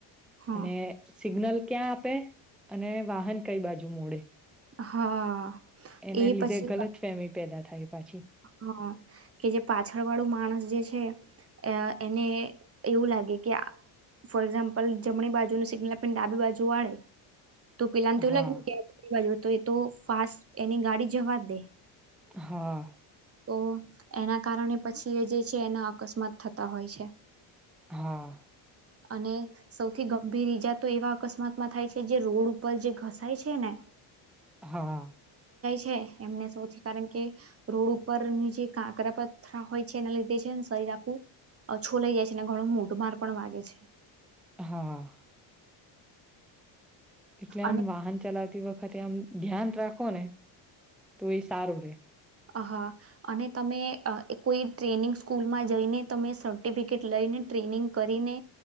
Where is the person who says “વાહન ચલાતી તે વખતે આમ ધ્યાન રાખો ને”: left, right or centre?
Centre